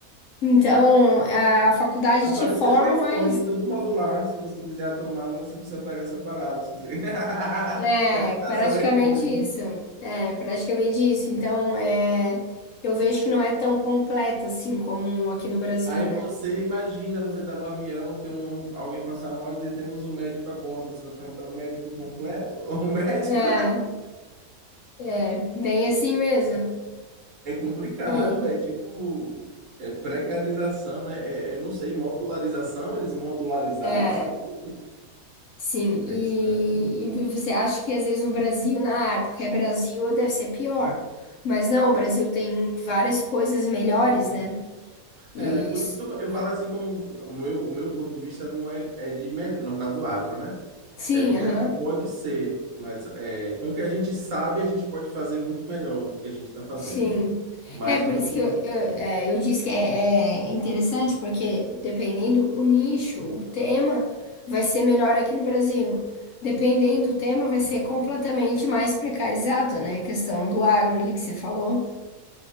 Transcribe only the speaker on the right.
Vai aparecer
um iPhone,
tudo modular. Se você quiser a tomada, você precisa pagar separado. Se você... <laughs>
Educação
iPhone.
Aí
você imagina, você tá no avião, tem um, alguém passar mal e dizer, temos um médico a bordo. Você vai perguntar o médico completo <laughs> ou o médico?
É complicado,
é tipo, é precarização, né? É, é, não sei, modularização, eles modularizaram
a saúde?
É estranho.
Uhum.
É, por
isso que eu, fa- eu falo assim como o meu, o meu ponto de vista não é, é de melhor, no caso do agro, né?
É do que
a gente pode ser, mas é, com o que a gente sabe, a gente pode fazer muito melhor do que a gente está fazendo.
Mas
não.
não-
né,
é.